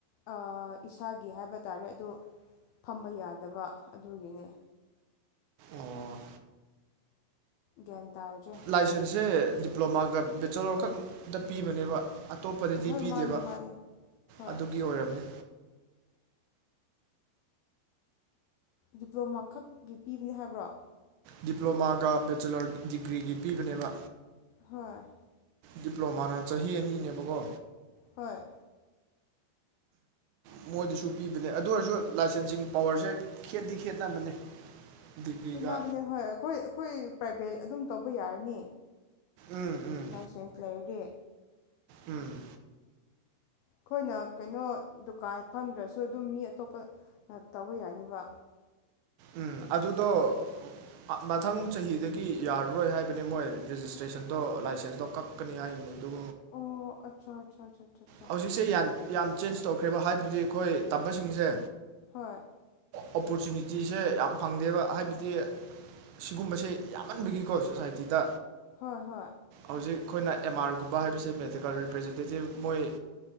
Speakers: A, on the left; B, on the right.
A: ꯑꯥ ꯏꯁꯥꯒꯤ ꯍꯥꯏꯕ ꯇꯥꯔꯦ ꯑꯗꯨ ꯐꯝꯕ ꯌꯥꯗꯕ ꯑꯗꯨꯒꯤꯅꯦ
B: ꯑꯣ
A: ꯒ꯭ꯌꯥꯟ ꯇꯥꯗ꯭ꯔꯦ
B: ꯂꯥꯏꯁꯦꯟꯁꯁꯦ ꯗꯤꯄ꯭ꯂꯣꯃꯥꯒ ꯕꯦꯆꯂꯣꯔ ꯈꯛꯇ ꯄꯤꯕꯅꯦꯕ ꯑꯇꯣꯞꯄꯗꯗꯤ
A: ꯍꯣꯏ
B: ꯄꯤꯗꯦꯕ
A: ꯃꯥꯅꯦ ꯃꯥꯅꯦ ꯍꯣꯏ
B: ꯑꯗꯨꯒꯤ ꯑꯣꯏꯔꯝꯅꯤ
A: ꯗꯤꯄ꯭ꯂꯣꯃꯥ ꯈꯛꯀꯤ ꯄꯤꯕꯅꯤ ꯍꯥꯏꯕ꯭ꯔꯣ
B: ꯗꯤꯄ꯭ꯂꯣꯃꯥꯒ ꯕꯦꯆꯤꯂꯔ ꯗꯤꯒ꯭ꯔꯤꯒꯤ ꯄꯤꯕꯅꯦꯕ
A: ꯍꯣꯏ
B: ꯗꯤꯄ꯭ꯂꯣꯃꯥꯅ ꯆꯍꯤ ꯑꯅꯤꯅꯦꯕꯀꯣ
A: ꯍꯣꯏ
B: ꯎꯝ ꯃꯣꯏꯗꯁꯨ ꯄꯤꯕꯅꯦ ꯑꯗꯨ ꯑꯣꯏꯔꯁꯨ ꯂꯥꯏꯁꯦꯟꯁꯤꯡ ꯄꯋꯥꯔꯁꯦ ꯈꯦꯠꯗꯤ ꯈꯦꯠꯅꯕꯅꯦ ꯗꯤꯒ꯭ꯔꯤꯒ
A: ꯈꯦꯠꯅꯕꯅꯦ ꯍꯣꯏ ꯑꯩꯈꯣꯏ ꯑꯩꯈꯣꯏ ꯄ꯭ꯔꯥꯏꯚꯦꯠ ꯑꯗꯨꯝ ꯇꯧꯕ ꯌꯥꯔꯅꯤ
B: ꯎꯝ ꯎꯝ
A: ꯂꯥꯏꯁꯦꯟꯁ ꯂꯩꯔꯗꯤ
B: ꯎꯝ
A: ꯑꯩꯈꯣꯏꯅ ꯀꯩꯅꯣ ꯗꯨꯀꯥꯟ ꯐꯝꯗ꯭ꯔꯁꯨ ꯑꯗꯨꯝ ꯃꯤ ꯑꯇꯣꯞꯄ ꯇꯧꯕ ꯌꯥꯏꯅꯤꯕ
B: ꯎꯝ ꯑꯗꯨꯗꯣ ꯑ ꯃꯊꯪ ꯆꯍꯤꯗꯒꯤ ꯌꯥꯔꯔꯣꯏ ꯍꯥꯏꯕꯅꯤ ꯃꯣꯏ ꯔꯦꯖꯤꯁꯇ꯭ꯔꯦꯁꯟꯗꯣ ꯂꯥꯏꯁꯦꯟꯁꯇꯣ ꯀꯛ ꯀꯅꯤ ꯍꯥꯏꯕꯅꯤ ꯑꯗꯣ
A: ꯑꯣ ꯑꯆꯥ ꯆꯥ ꯆꯥ
B: ꯍꯧꯖꯤꯛꯁꯦ ꯌꯥꯟ ꯌꯥꯝ ꯆꯦꯟꯖ ꯇꯧꯈ꯭ꯔꯦꯕ ꯍꯥꯏꯕꯗꯤ ꯑꯩꯈꯣꯏ ꯇꯝꯕꯁꯤꯡꯁꯦ
A: ꯍꯣꯏ
B: ꯑꯣꯄꯣꯔꯆꯨꯅꯤꯇꯤꯁꯦ ꯌꯥꯝ ꯐꯪꯗꯦꯕ ꯍꯥꯏꯕꯗꯤ ꯁꯤꯒꯨꯝꯕꯁꯦ ꯌꯥꯝꯃꯟꯕꯒꯤꯀꯣ ꯁꯣꯁꯥꯏꯇꯤꯗ
A: ꯍꯣꯏ ꯍꯣꯏ
B: ꯍꯧꯖꯤꯛ ꯑꯈꯣꯏꯅ ꯑꯦꯝꯃꯥꯔꯒꯨꯝꯕ ꯍꯥꯏꯕꯁꯦ ꯃꯦꯗꯤꯀꯦꯜ ꯔꯤꯄ꯭ꯔꯖꯦꯟꯇꯦꯇꯤꯞ ꯃꯣꯏ